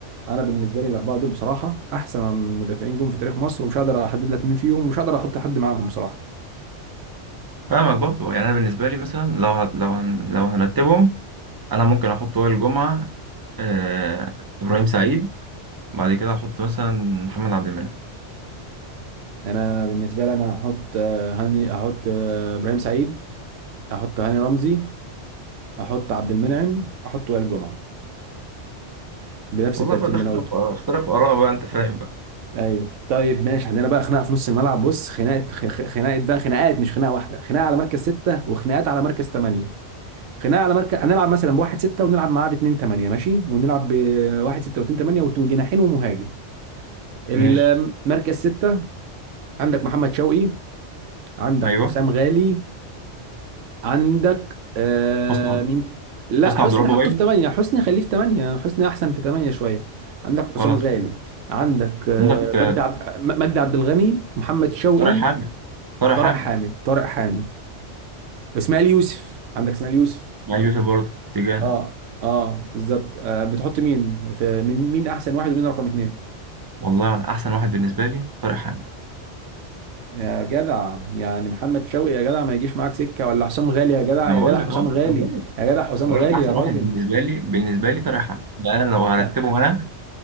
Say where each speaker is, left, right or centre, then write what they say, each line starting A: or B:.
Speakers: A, on the right; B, on the right.
A: انا بالنسبه لي الاربعه دول بصراحه احسن مدافعين جم في تاريخ مصر ومش هقدر احدد لك مين فيهم ومش هقدر احط حد معاهم بصراحه
B: فاهمك برضو يعني انا بالنسبة لي مثلا لو هت- لو هن- لو هنرتبهم انا ممكن احط وائل الجمعة آه، ابراهيم سعيد بعد كده احط مثلا محمد عبد المنعم
A: يعني انا بالنسبه لي انا هحط آه، هاني هحط آه، ابراهيم سعيد هحط هاني رمزي هحط عبد المنعم هحط وائل جمعه بنفس
B: والله
A: الترتيب
B: بقى ده
A: اللي
B: اختلاف
A: انا قلته ده
B: اختلاف اراء بقى انت فاهم بقى
A: ايوه طيب ماشي عندنا بقى خناقه في نص الملعب بص خناقه خ- خ- خناقه بقى خناقات مش خناقه واحده خناقه على مركز سته وخناقات على مركز ثمانيه خناقه على مركز هنلعب مثلا بواحد سته ونلعب معاه باتنين ثمانيه ماشي ونلعب بواحد سته واتنين ثمانيه وت- وجناحين ومهاجم المركز
B: ماشي
A: سته عندك محمد شوقي عندك
B: ايوه
A: حسام غالي عندك آه
B: حسني
A: مين لا
B: حسني
A: حسني
B: عبد ربه
A: حطه
B: باين
A: في 8 حسني خليه في 8 حسني احسن في 8 شويه عندك
B: خلاص
A: حسام غالي عندك آه
B: عندك آه،
A: مجدي عبد م- مجدي عبد الغني محمد شوقي
B: طارق حامد طارق
A: طارق
B: حامد
A: حامد طارق حامد اسماعيل يوسف عندك اسماعيل يوسف
B: يعني في برضه اتجاهنا
A: اه اه بالظبط آه بتحط مين في مين مين احسن واحد ومين رقم اتنين
B: والله انا احسن واحد بالنسبه لي طارق حامد
A: يا جدع يعني محمد شوقي يا جدع ما يجيش معاك سكه ولا حسام غالي يا جدع
B: انا
A: يا
B: بقول
A: جدع
B: لك
A: حسام
B: اه
A: غالي
B: أنا جاي.
A: يا جدع حسام
B: بقول
A: غالي
B: لك احسن
A: يا راجل
B: واحد بالنسبه لي بالنسبه لي طارق حامد يعني انا لو هرتبهم
A: <laughs>
B: انا